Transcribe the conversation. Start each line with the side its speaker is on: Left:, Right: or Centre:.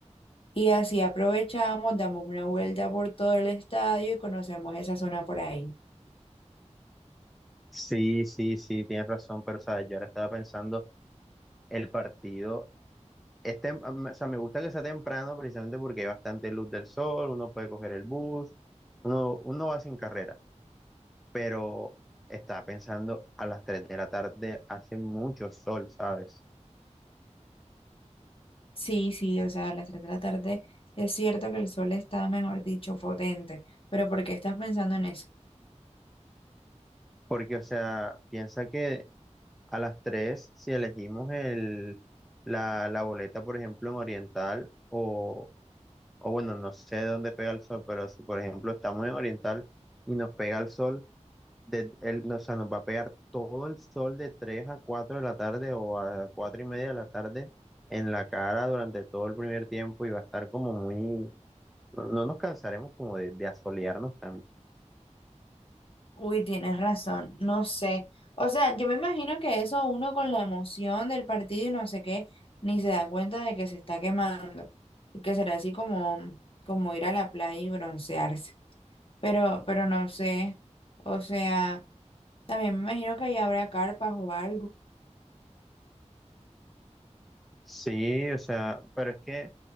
Left: Y así aprovechamos, damos una vuelta por todo el estadio y conocemos esa zona por ahí.
Centre: Sí, sí, sí, tienes razón, pero, o sea, yo ahora estaba pensando, el partido, es tem- o sea, me gusta que sea temprano precisamente porque hay bastante luz del sol, uno puede coger el bus, uno, uno va sin carrera, pero estaba pensando a las 3 de la tarde hace mucho sol, ¿sabes?
Left: Sí, sí, o sea, a las 3 de la tarde es cierto que el sol está, mejor dicho, potente, pero ¿por qué estás pensando en eso?
Centre: Porque, o sea, piensa que a las 3 si elegimos el, la, la boleta, por ejemplo, en Oriental, o o bueno, no sé dónde pega el sol, pero si por ejemplo estamos en Oriental y nos pega el sol, de, el, o sea, nos va a pegar todo el sol de 3 a 4 de la tarde o a 4 y media de la tarde en la cara durante todo el primer tiempo y va a estar como muy, no, no nos cansaremos como de, de asolearnos tanto.
Left: Uy, tienes razón, no sé. O sea, yo me imagino que eso uno con la emoción del partido y no sé qué, ni se da cuenta de que se está quemando y que será así como, como ir a la playa y broncearse. Pero, pero no sé, o sea, también me imagino que ahí habrá carpas o algo.
Centre: Sí, o sea, pero es que,